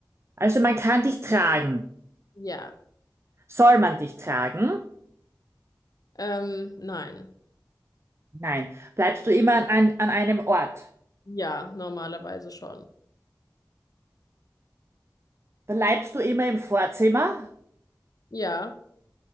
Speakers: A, on the right (about 35°); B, on the left (about 55°).
A: Also man kann dich tragen.
B: Ja,
A: Soll man dich tragen?
B: ähm, nein.
A: Nein. Bleibst du immer an, an, an einem Ort?
B: Ja, normalerweise schon.
A: Bleibst du immer im Vorzimmer?
B: Ja,